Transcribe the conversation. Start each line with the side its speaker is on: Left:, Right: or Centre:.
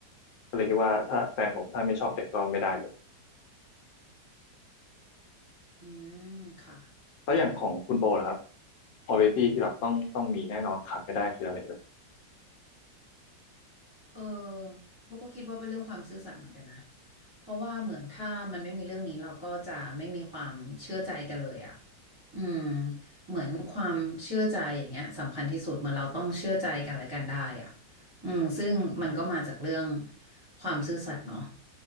Left: ก็เลยคิดว่าถ้าแฟนผมถ้าไม่ชอบเด็กก็ไม่ได้เลย
Right: อืมค่ะ
Left: แล้วอย่างของคุณโบล่ะครับ
Right: อือหือ
Left: quality ที่แบบต้องต้องมีแน่นอนขาดไม่ได้คืออะไรเอ่ย
Right: เออโบก็คิดว่าเป็นเรื่องความซื่อสัตย์เหมือนกันนะเพราะว่าเหมือนถ้ามันไม่มีเรื่องนี้เราก็จะไม่มีความเชื่อใจกันเลยอ่ะอืมเหมือนความเชื่อใจอย่างเงี้ยสำคัญที่สุดเหมือนเราต้องเชื่อใจกันและกันได้อ่ะอืมซึ่งมันก็มาจากเรื่องความซื่อสัตย์เนาะ